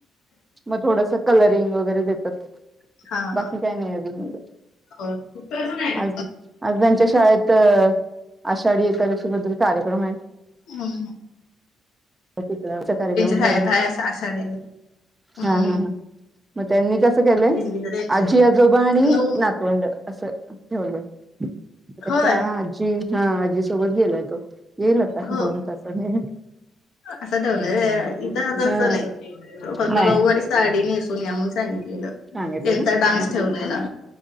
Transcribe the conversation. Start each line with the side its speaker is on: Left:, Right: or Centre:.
Right: मग थोडस कलरिंग वगैरे देतात.
Left: हा
Right: बाकी काय नाय अजून म्हणलं
Left: होय.
Right: आज आज त्यांच्या शाळेत आषाढी एकादशी बद्दल कार्यक्रम आहे.
Left: हा ना.
Right: तर तिकडेचा कार्यक्रम
Left: शाळेत
Right: ठेवलाय.
Left: आहे अस आषाढी हम्म.
Right: हा हा हा म त्यांनी कसं केलंय
Left: दिंडीच त्यांचे
Right: आजी आजोबा आणि
Left: नऊ
Right: ना तोंड असं ठेवले त्याच्या
Left: होय
Right: आजी हा आजी सोबत गेलाय तो येईल आता
Left: हो
Right: दोन तासाने.
Left: असं ठेवलय इथं तसं
Right: हा
Left: नाही फक्त
Right: नाही
Left: नऊवारीस साडी नेसून या म्हणून सांगितलेलं,
Right: सांगितले
Left: त्यांचा
Right: ना
Left: डान्स ठेवलेला.